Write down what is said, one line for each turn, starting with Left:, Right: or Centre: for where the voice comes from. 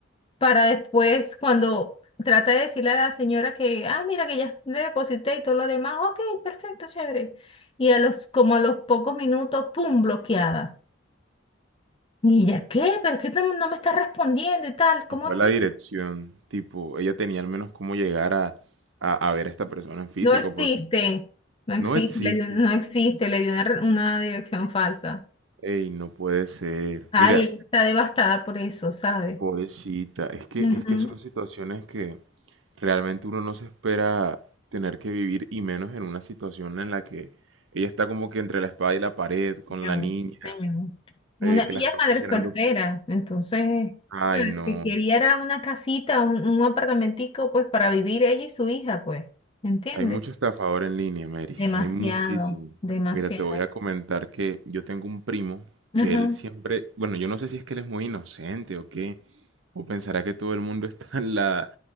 Left: para después, cuando trata de decirle a la señora que, ah, mira que ya le deposité y todo lo demás, ok, perfecto, chévere. Y a los, como a los pocos minutos, pum, bloqueada. Y ella, ¿qué? ¿Pero es que no, no me está respondiendo y tal? ¿Cómo
Right: Y fue
Left: así?
Right: la dirección, tipo, ella tenía al menos cómo llegar a, a, a ver a esta persona en físico,
Left: No existe,
Right: porque
Left: no existe,
Right: no existe.
Left: le dio- no existe, le dio una, re- una dirección falsa.
Right: Ey, no puede ser.
Left: Ay,
Right: Mira,
Left: ella está devastada por eso, ¿sabes?
Right: pobrecita, es que,
Left: Ujú.
Right: es que son situaciones que... Realmente uno no se espera tener que vivir y menos en una situación en la que ella está como que entre la espada y la pared con
Left: Señor,
Right: la niña,
Left: señor. Una,
Right: eh, que
Left: ella
Right: la están
Left: es
Right: presionando.
Left: madre soltera, entonces,
Right: Ay,
Left: ¿sabes?
Right: no.
Left: Que quería era una casita, un, un apartamentico, pues, para vivir ella y su hija, pues, ¿entiendes?
Right: Hay mucho estafador en línea, Mary.
Left: Demasiado,
Right: Hay muchísimo.
Left: demasiado.
Right: Mira, te voy a comentar que yo tengo un primo
Left: Ajá.
Right: que él siempre, bueno, yo no sé si es que él es muy inocente o qué, o pensará que todo el mundo <laughs> está en la,